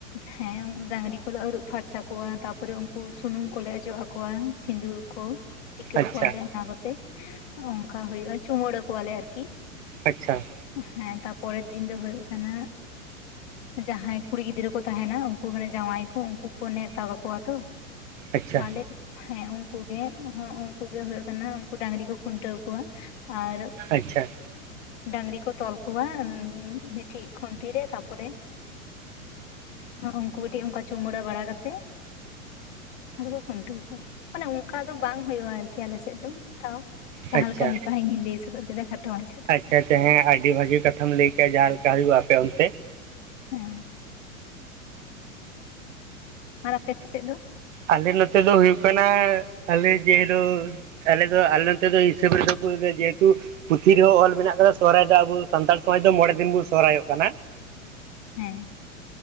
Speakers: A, on the left; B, on the right.
A: ᱦᱮᱸ ᱰᱟᱝᱨᱤ ᱠᱚᱞᱮ ᱟᱹᱨᱩᱵ ᱯᱷᱟᱨᱪᱟ ᱠᱚᱣᱟ, ᱛᱟᱯᱚᱨᱮ ᱩᱱᱠᱩ ᱥᱩᱱᱩᱢ ᱠᱚᱞᱮ ᱚᱡᱚᱜ ᱟᱠᱚᱣᱟ ᱥᱤᱸᱫᱩᱨ ᱠᱚ ᱴᱤᱠᱟᱹᱜ
B: ᱟᱪᱪᱷᱟ
A: ᱠᱚᱣᱟ ᱞᱮ ᱚᱱᱟ ᱠᱚᱛᱮ ᱚᱱᱠᱟ ᱦᱩᱭᱩᱜᱼᱟ, ᱪᱩᱢᱟᱹᱲᱟ ᱠᱚᱣᱟ ᱞᱮ ᱟᱨᱠᱤ
B: ᱟᱪᱪᱷᱟ ᱾
A: ᱦᱮᱸ ᱛᱟᱯᱚᱨᱮᱨ ᱫᱤᱱ ᱫᱚ ᱦᱩᱭᱩᱜ ᱠᱟᱱᱟ ᱡᱟᱦᱟᱸᱭ ᱠᱩᱲᱤ ᱜᱤᱫᱽᱨᱟᱹ ᱠᱚ ᱛᱟᱦᱮᱱᱟ ᱩᱱᱠᱩ ᱡᱟᱶᱟᱭ ᱠᱚ ᱩᱱᱠᱩ ᱠᱚ ᱱᱮᱶᱛᱟ ᱠᱟᱠᱚ ᱣᱟ ᱛᱚ,
B: ᱟᱪᱪᱷᱟ
A: ᱛᱟᱦᱮᱞᱮ ᱦᱮᱸ ᱩᱱᱠᱩᱜᱮ ᱩᱱᱠᱩᱜᱮ ᱦᱳ ᱦᱩᱭᱩᱜ ᱠᱟᱱᱟ, ᱩᱱᱠᱩ ᱰᱟᱹᱝᱨᱤ ᱠᱚ ᱠᱷᱩᱱᱴᱟᱹᱣ ᱠᱚᱣᱟ ᱟᱨ
B: ᱟᱪᱪᱷᱟ ᱾
A: ᱰᱟᱝᱨᱤ ᱠᱚ ᱛᱚᱞ ᱠᱚᱣᱟ ᱢᱤᱫᱴᱤᱡ ᱠᱷᱩᱱᱴᱤ ᱨᱮ ᱛᱟᱨᱯᱚᱨᱮ ᱩᱱᱠᱩ ᱢᱤᱫᱴᱮᱱ ᱚᱱᱠᱟ ᱪᱩᱢᱟᱲᱟ ᱵᱟᱲᱟ ᱠᱟᱛᱮᱜ ᱟᱫᱚ ᱠᱚ ᱠᱷᱩᱱᱴᱟᱹᱣ ᱠᱚᱣᱟ᱾ ᱢᱟᱱᱮ ᱚᱱᱠᱟ ᱫᱚ ᱵᱟᱝ ᱦᱩᱭᱩᱜᱼᱟ ᱟᱨᱠᱤ ᱟᱞ ᱥᱮᱫ ᱫᱚ ᱛᱟᱣ ᱡᱟᱦᱟᱸ
B: ᱟᱪᱪᱷᱟ
A: ᱞᱮᱠᱟ ᱦᱩᱭᱩᱜᱼᱟ, ᱤᱧ ᱦᱩᱭ ᱞᱟᱹᱭ ᱥᱚᱫᱚᱨ ᱠᱮᱫᱟ ᱠᱷᱟᱴᱚ ᱢᱟᱪᱷᱟ
B: ᱦᱮᱸ ᱥᱮ ᱦᱮᱸ ᱟᱹᱰᱤ ᱵᱷᱟᱹᱜᱤ ᱠᱟᱛᱷᱟᱢ ᱞᱟᱹᱭ ᱠᱮᱜᱼᱟ, ᱡᱟᱦᱟᱸ ᱞᱮᱠᱟ ᱦᱩᱭᱩᱜᱼᱟ ᱟᱯᱮ ᱚᱱᱛᱮ
A: ᱦᱮᱸ ᱟᱨ ᱟᱯᱮ ᱥᱮᱫ ᱫᱚ?
B: ᱟᱞᱮ ᱱᱚᱛᱮ ᱫᱚ ᱦᱩᱭᱩᱜ ᱠᱟᱱᱟ, ᱟᱞᱮ ᱡᱮᱞᱳ ᱟᱞᱮ ᱫᱚ ᱟᱞᱮ ᱱᱚᱛᱮ ᱫᱚ ᱦᱤᱥᱟᱹᱵ ᱨᱮᱫᱚ ᱠᱚ ᱡᱮᱦᱮᱛᱩ ᱯᱩᱛᱷᱤ ᱨᱮᱦᱚᱸ ᱚᱞ ᱢᱮᱱᱟᱜ ᱠᱟᱫᱟ ᱥᱚᱦᱚᱨᱟᱭ ᱫᱚ ᱟᱵᱚ ᱥᱟᱱᱛᱟᱲ ᱥᱚᱢᱟᱡᱽ ᱫᱚ ᱢᱚᱬᱮ ᱫᱤᱱ ᱵᱚᱱ ᱥᱚᱦᱚᱨᱟᱭ ᱚᱜ ᱠᱟᱱᱟ᱾
A: ᱦᱮᱸ᱾